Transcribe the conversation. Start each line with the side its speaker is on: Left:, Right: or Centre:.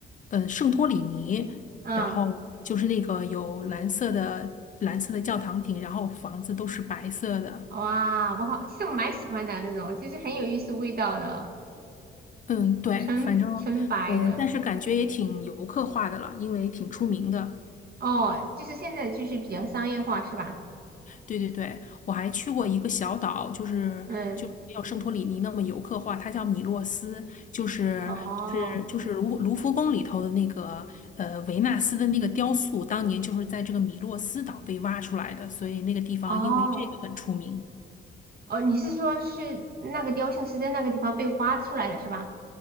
Left: 呃，圣托里尼，
Right: 嗯，
Left: 然后就是那个有蓝色的蓝色的教堂顶，然后房子都是白色的。
Right: 哇，我好，其实我蛮喜欢的那种，就是很有艺术味道的，
Left: 嗯，对，
Right: 纯纯白的。
Left: 反正嗯，但是感觉也挺游客化的了，因为挺出名的。
Right: 哦，就是现在就是比较商业化，是吧？
Left: 对对对，我还去过一个小岛，就是就是没有圣托里尼那么游客化，
Right: 嗯，
Left: 它叫米洛斯，就是就是就是卢卢浮宫里头的那个呃维纳斯的那个雕塑，
Right: 哦
Left: 当年就是在这个米洛斯岛被挖出来的，所以那个地方因为这个很出名。
Right: 哦。哦，你是说是那个雕像是在那个地方被挖出来的是吧？